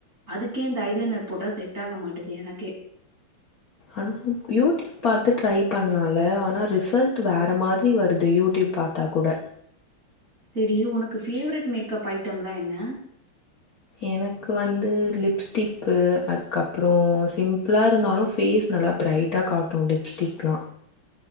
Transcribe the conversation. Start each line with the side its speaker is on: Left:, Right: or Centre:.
Right: அதுக்கே இந்த ஐலைனர் போட்டா செட் ஆக மாட்டேது எனக்கே
Left: ஆனா யூடியூப் பாத்து ட்ரை பண்ணலாம்ல ஆனா ரிசல்ட் வேற மாரி வருது யூடியூப் பாத்தாக் கூட
Right: செரி உனக்கு ஃபேவரெட் மேக்கப் ஐட்டம்லா என்ன
Left: எனக்கு வந்து லிப்ஸ்டிக்கு அதுக்கப்புறோ சிம்பிளா இருந்தாலு ஃபேஸ் நல்லா ப்ரைட்டா காட்டு லிப்ஸ்டிக்லா